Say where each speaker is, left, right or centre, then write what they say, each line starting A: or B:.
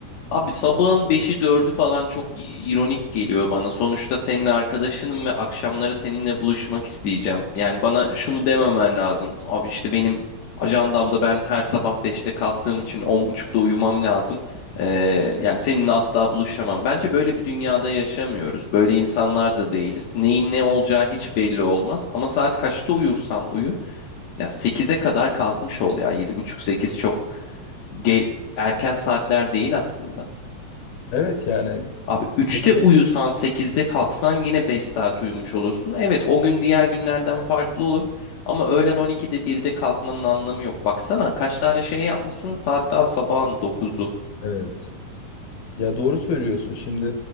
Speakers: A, on the left; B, on the left.
A: Abi sabahın beşi dördü falan çok i- ironik geliyor bana. Sonuçta senin arkadaşınım ve akşamları seninle buluşmak isteyeceğim. Yani bana şunu dememen lazım. Abi işte benim ajandamda ben her sabah beşte kalktığım için 10.30'da uyumam lazım. Ee, yani seninle asla buluşamam. Bence böyle bir dünyada yaşamıyoruz. Böyle insanlar da değiliz. Neyin ne olacağı hiç belli olmaz. Ama saat kaçta uyursan uyu. Ya sekize kadar kalkmış ol ya. Yedi buçuk sekiz çok ge- erken saatler değil aslında.
B: Evet yani
A: Abi üçte
B: ya
A: uyusan sekizde kalksan yine 5 saat uyumuş olursun. Evet o gün diğer günlerden farklı olur. Ama öğlen 12'de birde kalkmanın anlamı yok. Baksana kaç tane şey yapmışsın saat daha sabahın dokuzu.
B: evet. Ya doğru söylüyorsun. Şimdi